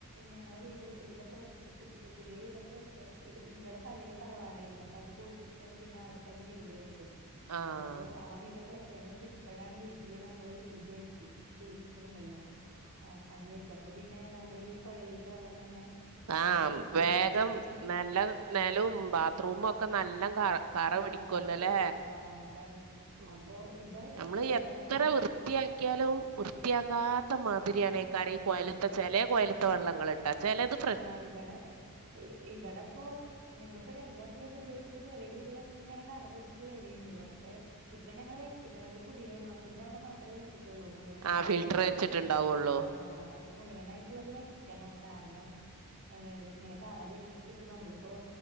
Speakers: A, on the right; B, on the right.
A: ഞങ്ങളെ വീട് വീടൊക്കെ വെച്ച് പുതിയ പുതിയ വീടൊക്കെ വെച്ചാ ഇ ഇവിടെ പഴയ തറവാടായിയിരുന്നു അപ്പൊ അത് പൊളിച്ച ട്ടണ് പിന്നെ അവിടെ തന്നെ വീട് വെച്ചത്
B: ആഹ്
A: അ പ്പൊ ആ വീടൊക്കെ വെച്ചേനേഷാ ഇപ്പഴാണ് വീട്ട്ല് നമ്മള് ഇത് വെച്ച് ഫിൽറ്റർ ഇണ്ടല്ലോ ആഹ് അത് വെച്ച അപ്പൊ പിന്നെ നമ്മള് ഈ കൊഴലീത്ത വെള്ളം തന്നെ
B: ആഹ്
A: നമുക്ക് ശുദ്ധീകരിച്ചിട്ട്
B: വേഗം നല്ല
A: ആഹ്
B: നെലും ബാത്റൂമും ഒക്കെ നല്ല ക കറ
A: ആഹ
B: പിടിക്കുവല്ലോല്ലേ
A: കളറ് പിടിക്കു ആ അതാണ്
B: ഉം
A: അപ്പൊ ഇതാ വെച്ചിക്ണ്
B: നമ്മള്
A: കുടിവെള്ള
B: എത്ര വൃത്തിയാക്കിയാലുംവൃ വൃത്തിയാക്കാത്ത മാതിരിയാണ്
A: ആഹ്
B: ഈ കര
A: അതന്നെ
B: കോയലിത്ത വെള്ളങ്ങൾ ചെല കൊയലിത്തെ വെള്ളങ്ങൾ ചിലത്
A: ആ ഇവിടെ. ഇ ഇവിടെപ്പോ ഞങ്ങളിപ്പോ രണ്ട് വർഷമായിട്ട് ഉപയോഗിച്ചിട്ട് ചെറിയ രീതിയിലൊക്കെ ഇങ്ങനെ കറ വെര്ണ്ട് പക്ഷെ ഇപ്പൊ ഞങ്ങൾ വെച്ക്ണത് കുടിവെള്ളത്തിന്റെ അവിടെ മാത്രമേ വെച്ചിട്ടുള്ളൂ മുഴുവൻ
B: ആഹ് ഫിൽട്ട്ർ വെച്ചിട്ട്ണ്ടാവൊള്ളു
A: ആഹ് പക്ഷെ മുഴുവനായിട്ട്ള്ളത് വെക്കണം കാരണം ഏ് ഇങ്ങനെ കറ പിടിച്ചിട്ട് നമ്മളിപ്പോ